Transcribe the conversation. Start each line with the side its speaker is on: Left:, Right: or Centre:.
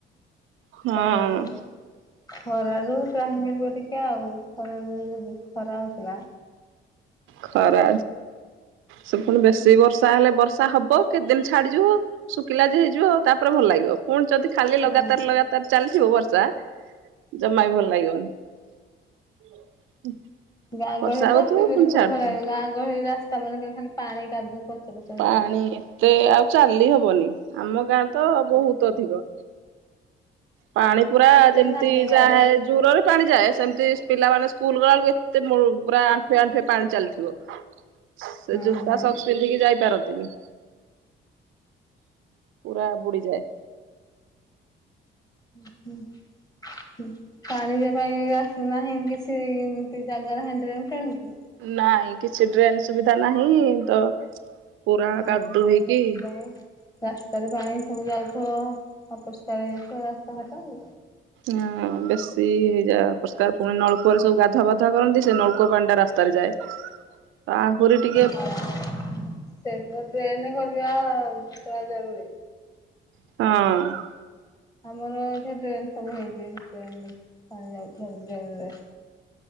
Right: ହଁ
Left: ଖରାରୁ ଖରାରୁ ତ୍ରାହିମିଳିବ ଟିକେ ଆଉ ଖରାରୁ। ଯୋଉଁ ଖରା ହୋଉଥିଲା।
Right: ଖରା ସେ ଫୁଣି ବେଶୀ ବର୍ଷା ହେଲେ ବର୍ଷା ହବ କେତେଦିନି ଛାଡିଯିବ। ଶୁଖିଲା ଯେ ହେଇଯିବ ଆଉ ତାପରେ ଭଲ ଲାଗିବ ପୁଣି ଯଦି ଖାଲି
Left: ହଁ
Right: ଲଗାତାର ଲଗାତାର ଚାଲିଥିବ ବର୍ଷା। ଜମାବି ଭଲ ଲାଗିବନି।
Left: ଗାଁ
Right: ବର୍ଷା
Left: ଗହଳିରେ
Right: ହଉଥିବ
Left: ତ <unintelligible>
Right: ପୁଣି ଛାଡୁଥିବ
Left: ଗାଁ ଗହଳି ରାସ୍ତା ମାନଙ୍କରେ ଖାଲି ପାଣି କାଦୁଅ ପଚ। ପଚ ହେଇଯାଇଥିବ।
Right: ପାଣି ଏତେ ଆଉ ଚାଲି ହବନି ଆମ ଗାଁରେ ତ ବହୁତ ଅଧିକ। ପାଣି
Left: ଇଆଡେ
Right: ପୁରା
Left: ଏତେ
Right: ଯେମିତି
Left: ନାହିଁ ଇଆଡେ
Right: ଯାହାଏ ଜୁରରେ। ପାଣି ଯାଏ ସେମିତି ପିଲାମାନେେ ସ୍କୁଲ ଗଲା ବୁଳୁକୁ ଏତେ ମୁଳୁରୁ ପୁରା ଆଣ୍ଠୁଏ ଆଣ୍ଠୁଏ ପାଣି ଚାଲିଥିବ। ସେ
Left: ହଁ
Right: ଜୋତା
Left: ହଁ।
Right: ସକ୍ସ। ପିନ୍ଧିକି ଯାଇପାରନ୍ତିନି ପୁରା ବୁଡିଯାଏ।
Left: ଉଁ ହୁଁ। ପାଣି ଯିବା ପାଇଁ ରାସ୍ତା ନାହିଁ କିଛି ଇନ୍ତି ଜାଗା ନାହିଁ ଡ୍ରେନ୍ ଫ୍ରେନ୍ କି।
Right: ନାଇଁ କିଛି ଡ୍ରେନ୍ ସୁବିଧା ନାହିଁ ତ। ପୁରା
Left: ଓଁ
Right: କାଦୁଅ
Left: ହୋ
Right: ହେଇକି
Left: ସେଥିପାଇଁ। ରାସ୍ତାରେ ପାଣି ସବୁ ଯାଉଥିବ ଅପରିଷ୍କାର ହେଇଯାଉଥିବ ରାସ୍ତାଘାଟ ଆଉ।
Right: ହଁ ବେଶୀ ହେଇଯାଏ ଅପରିସ୍କା ପୁଣି ନଳକୁଅରେ ସବୁ ଗାଧିଆ ପାଧିଆ କରନ୍ତି ସେ ନଳକୁଅ ପାଣି। ଟା ରାସ୍ତାରେ ଯାଏ ତ ଆହୁରି ଟି
Left: ହଁ ସେଥିରେ ଡ୍ରେନ କରିବା ପୁରା ଜରୁରି।
Right: ହଁ।
Left: ଆମର ଏଠି ଡ୍ରେନ ସବୁ ହେଇଛି ଡ୍ରେନ ପାଣି ଯାଉଛି ଆଉ ଡ୍ରେନରେ।